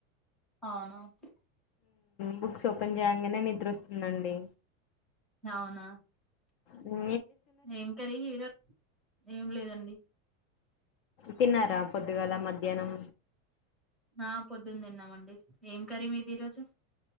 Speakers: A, in the centre; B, on the left (about 50°).
A: అవునా స
B: బుక్స్ ఓపెన్ చేయంగానే నిద్ర వస్తుందిండి
A: అవునా
B: అ
A: ఏం కర హీరో ఏం లేదండి
B: తిన్నారా పొద్దుగాల మధ్యాహ్నం
A: ఆ పొద్దుందిన్నామండి ఏం కరీ మీది ఈరోజు